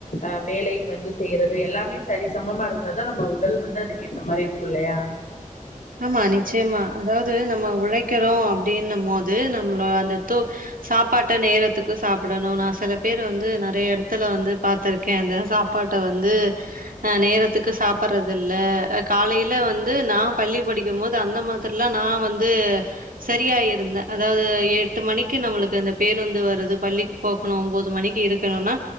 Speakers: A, on the left; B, on the right.
A: அ வேலை வந்து செய்யறது எல்லாமே சரிசமமா இருந்தாதா நம்ம உடல் வந்து அதுக்கேத்த மாரி இருக்கு இல்லயா
B: ஆமா நிச்சயமா அதாவது நம்ம உழைக்கிறோ அப்படின்னு போது நம்மள அந்த தோ சாப்பாட்ட நேரத்துக்கு சாப்படணு நா சில பேர் வந்து நிறைய இடத்துல வந்து பாத்துருக் கே அந்த சாப்பாட்ட வந்து அ நேரத்துக்கு சாப்பற்றது இல்ல காலையில வந்து நா பள்ளி படிக்கு போது அந்த மாதிரில்லா நாவந்து சரியா இருந்தே அதாவது எட்டு மணிக்கு நம்மளுக்கு அந்த பேர் வந்து வருது பள்ளி போகணு ஒம்போது மணிக்கு இருக்கணுனா